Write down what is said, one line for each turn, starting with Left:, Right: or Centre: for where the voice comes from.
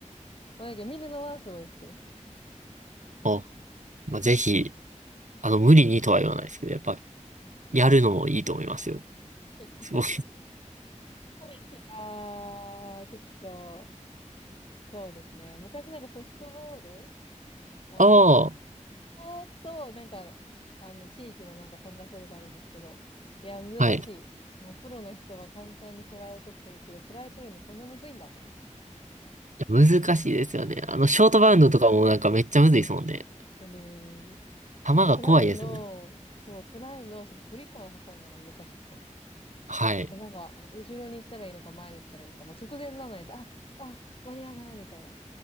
Left: まあだけど見るのはすごい好きですね。
Right: あ、まあ、ぜひ、あの、無理にとは言わないですけど、やっぱ、やるのもいいと思いますよ。
Left: <laughs>
Right: すごい。
Left: いやー、ちょっと、そうですね。昔なんかソフトボール、あの、
Right: ああ、
Left: やっぼーっと、なんか、あの、地域のなんか参加したことあるんですけど、いや、難しい。
Right: はい。い
Left: もうプロの人は簡単にフライを取ってるけど、フライを取るのこんなむずいんだと思って。
Right: や、難しいですよね。あの、ショートバウンドとかもなんかめっちゃむずいですもんね。
Left: うん無理無理無理。
Right: 球が怖いですもんね。
Left: もうフライの、そう、フライのその距離感を測るのが難しくて。
Right: はい。い
Left: でなんか、後ろに行ったらいいのか、前に行ったらいいのか、もう直前なのに、あ、あ、間に合わないみたいな。